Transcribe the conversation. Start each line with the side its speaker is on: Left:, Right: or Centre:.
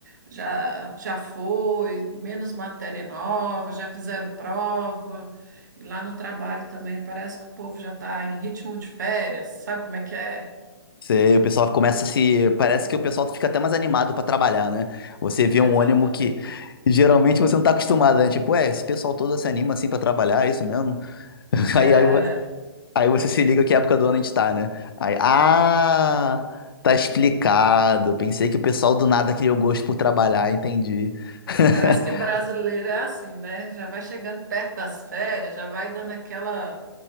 Right: já, já foi, menos matéria nova, já fizeram prova. E lá no trabalho também parece que o povo já está em ritmo de férias, sabe como é que é?
Left: você, o pessoal começa a se, parece que o pessoal fica até mais animado pra trabalhar, né? Você vê um
Right: Exatamente.
Left: ânimo que geralmente você não tá acostumado, né? Tipo, é, esse pessoal todo se anima assim pra trabalhar, é isso mesmo? <laughs>
Right: É,
Left: Aí, aí, Aí você se liga que época do ano a gente tá, né? Aí, ah, tá explicado. Pensei que o pessoal do nada criou gosto por trabalhar, entendi. <laughs>
Right: Parece que brasileiro é assim, né? Já vai chegando perto das férias, já vai dando aquela